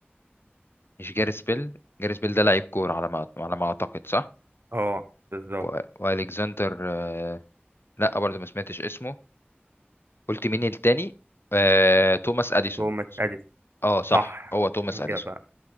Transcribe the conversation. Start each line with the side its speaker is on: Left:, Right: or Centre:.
Left: مش جاريس بيل جاريس بيل ده لعيب كورة على ما على ما اعتقد صح
Right: اه بالظبط
Left: و... والكسندر آه... لا برضه ما سمعتش اسمه قلت مين التاني آه... توماس اديسون
Right: توماس أديسون
Left: اه صح
Right: صح
Left: هو توماس
Right: إجابة
Left: اديسون